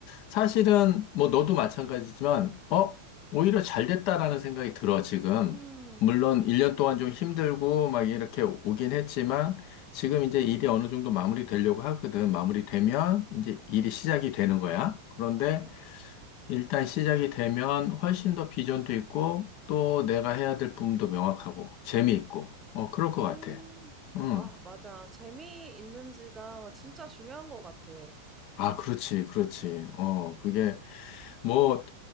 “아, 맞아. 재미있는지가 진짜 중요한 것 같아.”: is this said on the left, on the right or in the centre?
Right